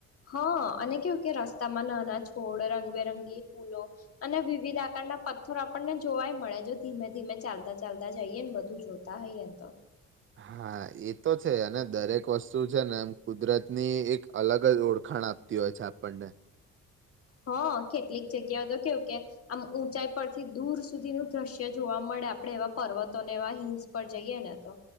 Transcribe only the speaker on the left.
હા અને કેવું કે રસ્તામાં નાના છોડ રંગબેરંગી ફૂલો અને વિવિધ આકાર ના પથ્થર આપણને જોવાય મળે જો ધીમે ધીમે ચાલતા ચાલતા જઈએ ને બધું જોતા હોઈએને તો.
<inaudible> હા કેટલીક જગ્યાઓ તો કેવું કે આમ ઊંચાઈ પરથી દૂર સુધી ન દ્રશ્ય જોવા મળે. આપે આપડણે એવા પર્વતો ને એવા હિલ્સ પર જઈએ ને તો.